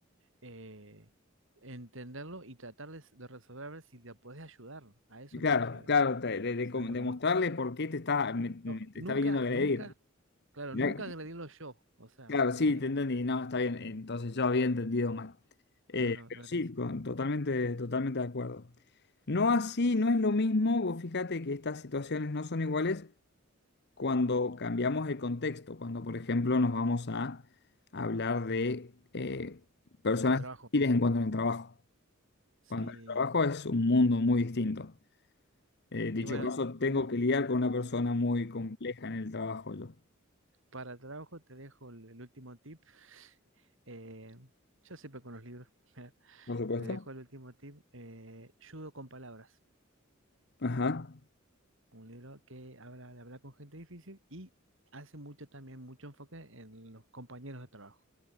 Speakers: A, on the right; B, on the left.
A: eh, entenderlo y tratarles de resolver a ver si le podés ayudar. A eso
B: Claro,
A: me refiero.
B: claro, te- de, de,
A: O sea,
B: com-
A: no,
B: de mostrarle
A: no,
B: por qué te está, me- me-
A: no,
B: te
A: nunca,
B: está viniendo a agredir.
A: nunca, claro,
B: Mirá,
A: nunca agredirlo yo. O sea,
B: claro,
A: porque
B: sí,
A: digamos,
B: te entendí, no, está bien, entonces yo había entendido mal. Eh,
A: no, no,
B: pero
A: no
B: sí,
A: era
B: con- totalmente, totalmente de acuerdo. No así,
A: Y-
B: no es lo mismo, vos fíjate que estas situaciones no son iguales cuando cambiamos el contexto, cuando por ejemplo nos vamos a hablar de eh, personas
A: El trabajo,
B: hostiles en cuanto al trabajo.
A: sí.
B: Cuando el trabajo es un mundo muy distinto. Eh, dicho
A: Y bueno,
B: caso,
A: t- como
B: tengo que lidiar con una persona muy compleja en el trabajo yo.
A: para trabajo te dejo el, el último tip. eh, yo siempre con los libros. <laughs>
B: Por supuesto.
A: Te dejo el último tip. eh, Judo con palabras.
B: Ajá,
A: Un libro que habla de hablar con gente difícil y hace mucho también, mucho enfoque en los compañeros de trabajo.